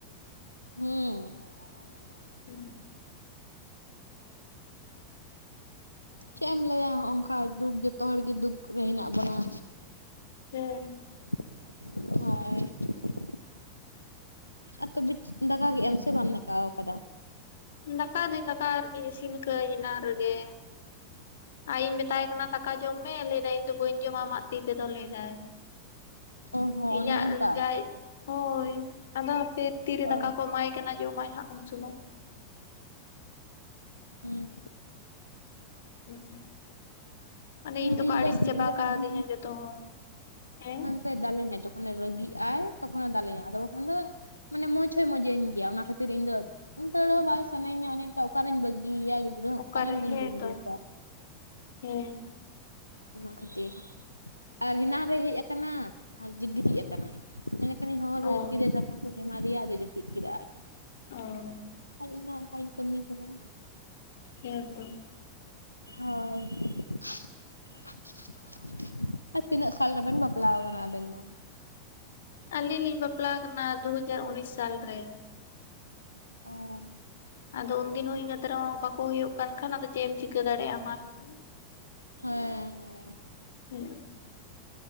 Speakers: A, on the left; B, on the left.
A: ᱦᱩᱸ᱾
B: <inaudible>
A: ᱪᱮᱫ ᱮᱢ ᱞᱟᱹᱭᱟ ᱦᱚᱱᱚᱝᱠᱟ ᱫᱩᱠ ᱡᱚᱛᱚ ᱦᱚᱲᱜᱮ ᱫᱩᱠ ᱨᱮ ᱦᱮᱱᱟᱜ ᱵᱚᱱᱟ᱾
B: ᱦᱮᱸ᱾
A: <unintelligible> ᱦᱮᱸ᱾ ᱟ <unintelligible> ᱛᱚᱵᱮ ᱫᱟᱠᱟ ᱠᱮᱫᱟᱢ ᱥᱮ ᱵᱟᱢ ᱫᱟᱠᱟᱣ ᱠᱟᱫᱟ?
B: ᱫᱟᱠᱟ ᱫᱩᱧ ᱫᱟᱠᱟ ᱟᱨᱜᱤ ᱤᱥᱤᱱ ᱟᱠᱟᱜᱟᱹᱧ ᱮᱱᱟᱱ ᱨᱮᱜᱮ ᱟᱡᱤᱧ ᱢᱮᱛᱟᱭ ᱠᱟᱱᱟ ᱫᱟᱠ ᱫᱟᱠᱟ ᱡᱚᱢ ᱢᱮ ᱞᱟᱹᱭ ᱮᱫᱟᱭ ᱤᱧ ᱫᱚ ᱵᱟᱹᱧ ᱡᱚᱢᱟ ᱟᱢᱟᱜ ᱛᱤ ᱛᱮᱫᱚ ᱞᱟᱹᱭ ᱮᱫᱟᱭ᱾
A: ᱚ ᱦᱚᱸ
B: ᱤᱧᱟᱹᱜ
A: ᱚᱱᱮ ᱚᱝᱠᱟ
B: ᱡᱟᱭ ᱦᱳᱭ ᱟᱫᱚ ᱦᱟᱯᱮ ᱛᱤᱨᱮ ᱫᱟᱠᱟ
A: ᱚ
B: ᱠᱚ ᱮᱢᱟᱭ ᱠᱟᱱᱟᱭ ᱡᱚᱢᱟᱭ ᱦᱟᱸᱜ ᱩᱱ ᱥᱚᱢᱚᱭ᱾
A: ᱦᱩᱸ᱾
B: <unintelligible> ᱟᱫᱚ ᱤᱧ ᱫᱚᱠᱚ
A: ᱨᱤᱱ
B: ᱟᱹᱲᱤᱥ
A: ᱫᱚ ᱫᱤᱱᱜᱮ
B: ᱪᱟᱵᱟ ᱠᱟᱣᱫᱤᱧᱟ
A: ᱦᱟᱺᱰᱤᱭ
B: ᱡᱚᱛᱚ ᱦᱚᱲ ᱦᱮᱸ?
A: ᱥᱮ ᱫᱟᱞᱮᱧᱟᱭ ᱡᱚᱠᱷᱚᱱᱮ ᱨᱟᱹᱜᱤ ᱟᱭ ᱛᱚᱠᱷᱚᱱ ᱮ ᱫᱟᱞᱮᱧᱟ ᱟᱫᱚ ᱵᱟᱠᱷᱟᱱ ᱫᱚ ᱢᱟᱱᱮ ᱢᱚᱸᱪᱷ ᱦᱚᱭ ᱢᱚᱸᱡᱽ ᱜᱮᱭᱟ ᱚᱱᱟ ᱠᱷᱟᱹᱛᱤᱨ ᱤᱧ ᱫᱚ ᱚᱱᱠᱟ ᱫᱚ ᱵᱟᱭ ᱥᱟᱱᱟᱧᱟ ᱚᱱᱮ ᱚᱱᱠᱟ ᱚᱠᱟᱨᱤᱧ ᱵᱟᱹᱜᱤᱭᱟ ᱜᱤᱫᱽᱨᱟᱹ ᱦᱚᱸ
B: ᱚᱠᱟᱨᱮ
A: ᱚᱠᱟᱨᱮᱢ ᱵᱟᱹᱜᱤ
B: ᱦᱮᱸ
A: ᱵᱟᱹᱜᱤᱭᱟᱠᱚᱣᱟ?
B: ᱛᱚ
A: <unintelligible>
B: ᱦᱮᱸ᱾
A: ᱚᱱᱟ ᱠᱷᱟᱹᱛᱤᱨ ᱟᱨ ᱦᱮᱱᱟᱱ ᱨᱮᱭ ᱦᱮᱡ ᱟᱠᱟᱱᱟ ᱟᱨ <unintelligible> ᱜᱤᱛᱤᱡ ᱟᱠᱟᱱᱟᱭ᱾ ᱮᱸᱰᱮ ᱠᱷᱟᱱᱤᱧ ᱦᱚᱦᱚ ᱵᱮᱨᱮᱫ
B: ᱚ
A: ᱠᱮᱫᱟ ᱫᱟᱠᱟ ᱠᱚᱧ ᱮᱢᱟᱫᱮᱭᱟ ᱟᱫᱚᱭ ᱡᱟᱹᱯᱤᱫ ᱠᱮᱫᱟ ᱟᱨ
B: ᱚᱻ᱾
A: ᱟᱨ ᱤᱧ ᱫᱚ ᱦᱚᱜᱱᱠᱟᱧ ᱠᱟᱹᱢᱤ ᱠᱟᱱᱟ᱾
B: ᱦᱮ ᱛᱚ᱾
A: ᱦᱳᱭ <unintelligible> ᱛᱤᱱᱟᱹᱜ ᱥᱟᱞ ᱨᱮᱵᱮᱱ ᱵᱟᱯᱞᱟ ᱟᱠᱟᱱᱟ ᱟᱵᱮᱱ ᱫᱚ?
B: ᱟᱹᱞᱤᱧ ᱞᱤᱧ ᱵᱟᱯᱞᱟᱣ ᱟᱠᱟᱱᱟ ᱫᱩ-ᱦᱟᱡᱟᱨ ᱩᱱᱤᱥ ᱥᱟᱞ ᱨᱮ᱾
A: ᱚ᱾
B: ᱟᱫᱚ ᱩᱱᱫᱤᱱ ᱦᱳᱭ ᱠᱟᱛᱮ ᱨᱮ ᱦᱚᱸ ᱵᱟᱠᱚ ᱦᱩᱭᱩᱜ ᱠᱟᱱ ᱠᱷᱟᱱ ᱟᱫᱚ ᱪᱮᱫ ᱮᱢ ᱪᱤᱠᱟᱹ ᱫᱟᱲᱮᱭᱟᱜᱼᱟ ᱢᱟ ᱞᱟᱹᱭ ᱢᱮ᱾
A: ᱦᱮᱸ, ᱦᱮᱸ᱾
B: ᱦᱮᱸ